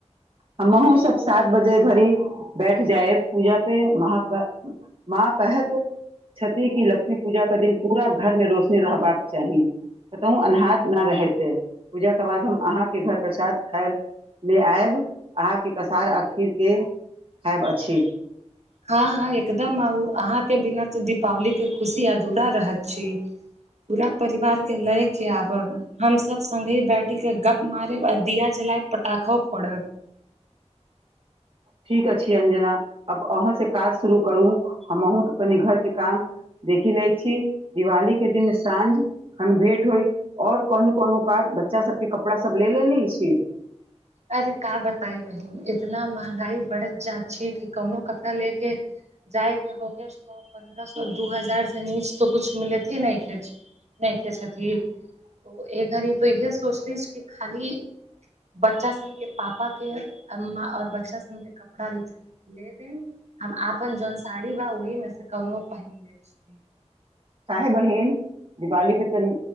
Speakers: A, on the right; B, on the right.
A: हमहुं सभ सात बजे धरि बैठ जाय पूजा पे मह माँ कहत क्षति की लक् पूजा के दिन पूरा घर मे रोशनी रहबाक चाही। कतहु अन्हार न रहै से पूजा के बाद हम अहाँके घर प्रसाद खायल ले आयब अहाँके कसार आ खीरके खायब अछि।
B: हँ हँ एकदम आउ अहाँ के बिना तऽ दीपावली के खुशी अधूरा रहत छी। पूरा परिवार के लए के आबब हम सभ संग्गे बैठी के गप मारेब आ दिया जलाय पटाखो फोड़ब
A: ठीक अछी अंजना अब अहं से काज शुरू करू हम अहूँ त कनि घर के काम देखि लै छी दिवाली के दिन साँझ खन भेंट होय। और कोनो कोनो कार बच्चा सभके कपड़ा सभ ले लेले छी।
B: अरे क बताई बहिन इतना महँंगाई बढ़ जा छी। कि कोनो कपड़ा ले के जाइके हो को पन्द्रह सो दू हजार से नीच तो कुछु मिलैत हे नहि खेच नहि खेथ ओ एक बेर ई सोचलहुँ जे खाली बच्चा सभ के पापा के और बच्चा सभ के कपड़ा ले दे कऽ हम अपन जे साड़ी अछि, ओहिमे सँ कोनो एकटा पहिरि लेब।
A: कहे बहिन दिवाली पे तऽ